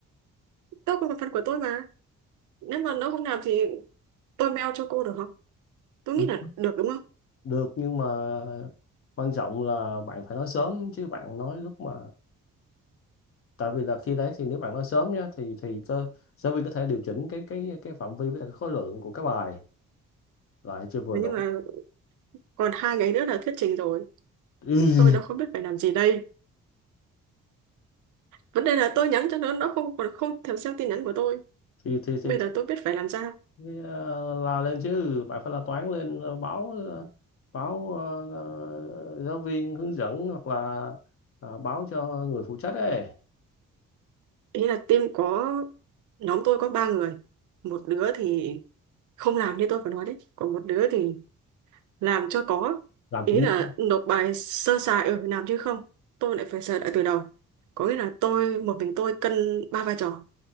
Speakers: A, on the right; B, on the left.
A: tôi còn phần của tôi mà. Nếu mà nó không làm thì tôi mail cho cô được không? Tôi
B: được,
A: nghĩ là được đúng không?
B: được nhưng mà quan trọng là bạn phải nói sớm chứ bạn nói lúc mà tại vì là khi đấy thì nếu bạn nói sớm nhá thì thì cơ giáo viên có thể điều chỉnh cái cái cái phạm vi với lại cái khối lượng của các bài lại chưa vừa
A: Nhưng
B: đủ
A: mà còn hai ngày nữa là thuyết trình rồi.
B: Ừ.
A: Tôi đã không biết phải làm gì đây. vấn đề là tôi nhắn cho nó nó không còn không thèm xem tin nhắn của tôi
B: thì thì
A: bây
B: thì
A: giờ tôi biết phải làm sao
B: thì, ờ, la lên chứ bạn phải la toán lên ờ, báo ờ, báo ờ, ờ, giáo viên hướng dẫn hoặc là ờ, báo cho người phụ trách ấy
A: ý là team có nhóm tôi có ba người một đứa thì không làm như tôi vừa nói đấy còn một đứa thì làm cho có
B: làm
A: ý
B: cũng như
A: là
B: không
A: nộp bài sơ sài ở làm chứ không tôi lại phải sửa lại từ đầu có nghĩa là tôi một mình tôi cân ba vai trò